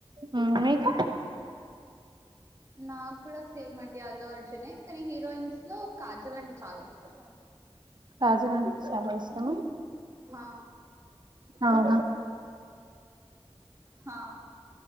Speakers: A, on the right; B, on the right.
A: మ్ మీకా
B: నాకు కూడా సేమ్ అండి అల్లు అర్జునే కానీ హీరోయిన్స్ లో కాజల్ అంటే చాలా ఇష్టం
A: కాజల్ అంటే చాలా ఇష్టమా
B: హా
A: అవునా
B: హా